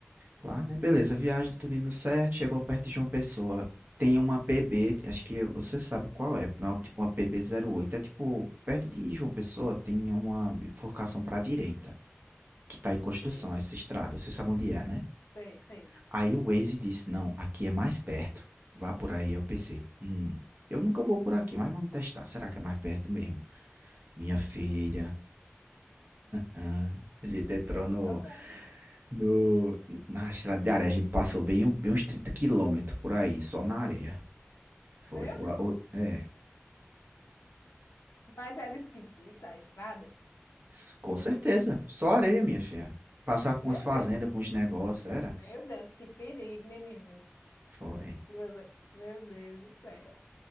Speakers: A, on the right; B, on the left.
A: Lá, né? Beleza, viagem tudo indo certo, chegou perto de João Pessoa. Tem uma PB, acho que você sabe qual é, não, é tipo uma pb oito. É tipo, perto de João Pessoa tem uma bifurcação pra direita, que tá em construção,
B: Sei,
A: essa estrada, você sabe onde é, né?
B: sei, sei.
A: Aí o Waze disse, não, aqui é mais perto, vá por aí. Eu pensei, hum, eu nunca vou por aqui, mas vamos testar, será que é mais perto mesmo? Minha filha, ah, a gente entrou no,
B: Eu vou ajudar.
A: No, na estrada de areia a gente passou bem, um- bem uns 30 quilômetros por aí, só na areia. Foi.
B: Meu
A: O-
B: Deus,
A: o- é,
B: mas era esquisita a estrada?
A: s- com certeza. Só areia, minha filha. Passar por
B: Meu
A: umas fazendas,
B: Deus,
A: por uns negócios, era?
B: meu Deus, que perigo, meninos.
A: Foi.
B: Que você... Meu Deus do céu.